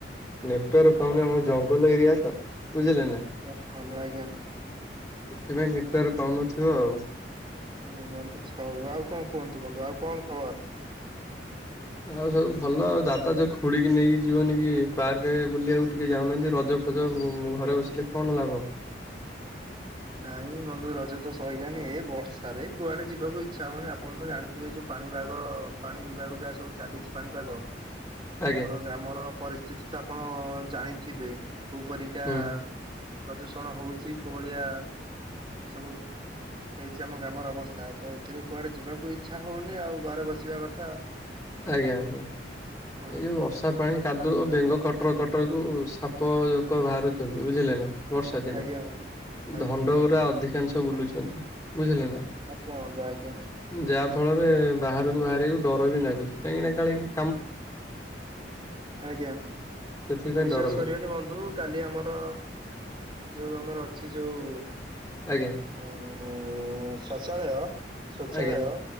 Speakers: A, on the left (about 20°); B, on the right (about 30°).
A: ନେଟୱାର୍କ ପାଉନି ଆମ ଜଙ୍ଗଲ ଏରିଆ ତ। ବୁଝିଲେ ନା
B: ରଖନ୍ତୁ ଆଜ୍ଞା।
A: ସେଥିପାଇଁ ନେଟୱର୍କ ପାଉନଥିବ ଆଉ।
B: ହଁ ବନ୍ଧୁ ଛ ଆଉ କଣ କୁହନ୍ତୁ ବନ୍ଧୁ ଆଉ କଣ ଖବର?
A: ଆଉ ସବୁ ଭଲ ଆଉ ଦାଦା ଯୋଉ ଖୁଡି କି ନେଇକି ଯିବନି କି ପାର୍କ ବୁଲି ଆଉ ଟିକେ ଯାଉନାହାନ୍ତି ରଜ <unintelligible> ଘରେ ବସିଲେ କଣ ଲାଭ।
B: ନାଇଁ ବନ୍ଧୁ ରଜ ତ ସଇଲାଣି ଏ ବର୍ଷାରେ କୁଆଡେ ଯିବାକୁ ଇଚ୍ଛା ହଉନି ଆପଣ ତ ଜାଣି ଥିବେ ଯୋଉ ପାଣିପାଗ ପାଣି ବିଭାଗ ଯାହା ସବୁ ଚାଲିଚି ପାଣିପାଗ।
A: ଆଜ୍ଞା
B: ଆମର ଗ୍ରାମର ପରିସ୍ଥିତି ତ ଆପଣ ଜାଣିଥିବେ, କୋଉ ପରିକା
A: ହୁଁ
B: ପ୍ରଦୂଷଣ ହଉଚି, କୋଉଭଳିଆ ସବୁ ହେଇଚି ଆମ ଗ୍ରାମର ଅବସ୍ଥା, ତ ଏଥିରେ କୁଆଡେ ଯିବାକୁ ଇଚ୍ଛା ହଉନି ଆଉ ଘରେ ବସିବା କଥା।
A: ଆଜ୍ଞା-ଆଜ୍ଞା।
B: ହୁଁ
A: ଏଇ ଯୋଉ ବର୍ଷା ପାଣି କାଦୁଅ ବେଙ୍ଗ କଟର କଟରକୁ ସାପ ଜୋକ ବାହାରୁଚିନ୍ତି ବୁଝିଲେ ନା। ବର୍ଷା ଦିନ
B: ଆଜ୍ଞା ବନ୍ଧୁ ଆଜ୍ଞା
A: ଧଣ୍ଡ ପୁରା ଅଧିକାଂଶ ବୁଲୁଚନ୍ତି ବୁଝିଲେ ନା।
B: ଆଜ୍ଞା ବନ୍ଧୁ ଆଜ୍ଞା
A: ଯାହା ଫଳରେ ବାହାରକୁ ବାହାରିବାକୁ ଡର ବି ଲାଗୁଚି, କାହିଁକି ନା କାଳେ କିଏ
B: ଆଜ୍ଞା,
A: ସେଥିପାଇଁ
B: ବିଶ୍ଵାସ
A: ଡର ଲାଗୁଛି
B: କରିବେନି ବନ୍ଧୁ କାଲି ଆମର ଯୋଉ ଆମର ଅଛି ଯୋଉ
A: ଆଜ୍ଞା।
B: ଉଁ ଶୌଚାଳୟ-ଶୌଚାଳୟ
A: ଆଜ୍ଞା